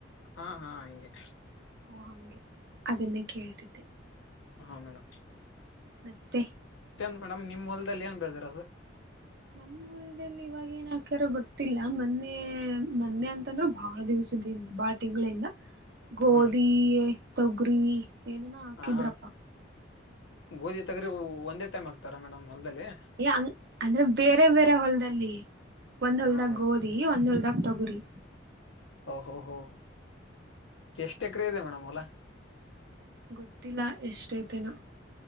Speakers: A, on the left (about 80°); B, on the right (about 60°).
A: ಹಾ ಹಾ ಹಂಗೆ
B: ಓ ಹಂಗೆ ಅದನ್ನೇ ಕೇಳ್ತಿದ್ದೆ
A: ಹಾ ಮೇಡಮ್
B: ಮತ್ತೆ
A: ಏನ್ ಮೇಡಮ ನಿಮ್ಮ್ ಹೊಲದಲ್ಲಿ ಏನ್ ಬೆಳೆದಿರೋದು
B: ನಮ್ಮ್ ಹೊಲ್ದಲ್ಲಿ ಇವಾಗ ಏನ್ ಹಕ್ಯಾರೋ ಗೊತ್ತಿಲ್ಲ ಮೊನ್ನೆ ಮೊನ್ನೆ ಅಂತಂದ್ರು ಬಾಳ ದಿವಸ ಬಾಳ ತಿಂಗಳಿಂದ ಗೋಧಿ
A: ಹಾ
B: ತೊಗರಿ ಏನೇನ ಹಾಕಿದ್ರಪ್ಪಾ
A: ಆ ಗೋಧಿ ತೊಗರಿ ಒಂದೇ ಟೈಮ್ ಆಗ್ತಾರ ಮೇಡಮ್ ಹೊಲ್ದಲ್ಲಿ
B: ಅ ಅಂದ್ರೆ ಬೇರೆ ಬೇರೆ ಹೊಲದಲ್ಲಿ ಒಂದ್ ಹಲ್ದಾಗ
A: ಹಾ ಮೇಡಮ್
B: ಗೋಧಿ ಒಂದ್ ಹಲ್ದಾಗ ತೊಗರಿ
A: ಓಹೋ ಹೋ ಎಷ್ಟ ಎಕ್ರ ಇದೆ ಮೇಡಮ್ ಹೊಲ
B: ಗೊತ್ತಿಲ್ಲ ಎಷ್ಟೈತೆನಾ